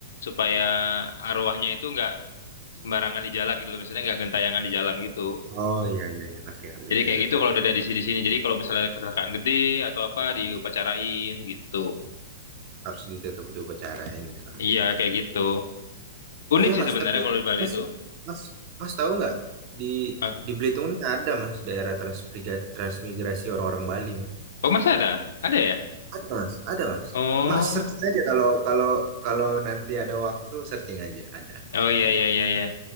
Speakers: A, on the left (about 90°); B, on the right (about 30°).
A: supaya arwahnya itu nggak sembarangan di jalan gitu loh. Misalnya nggak gentayangan di jalan gitu.
B: Oh iya iya iya ngerti ngerti.
A: Jadi
B: Ya.
A: kayak gitu kalau dari sini di sini. Jadi kalau misalnya ada kecelakaan gede atau apa diupacarain gitu.
B: Harus ditetap diupacarain ya kalau
A: Iya
B: bisa.
A: kayak gitu. Unik
B: Oh iya
A: sih
B: Mas,
A: sebenarnya
B: tapi
A: kalau di Bali
B: Mas
A: itu.
B: Mas Mas tahu nggak di
A: Ah,
B: di Belitung ini ada Mas daerah transmigra- transmigrasi orang-orang Bali.
A: Oh masih ada? Ada ya?
B: Ada mas, ada mas.
A: Oh.
B: Mas searching aja kalau kalau kalau nanti ada waktu searching aja ada.
A: Oh iya iya iya iya.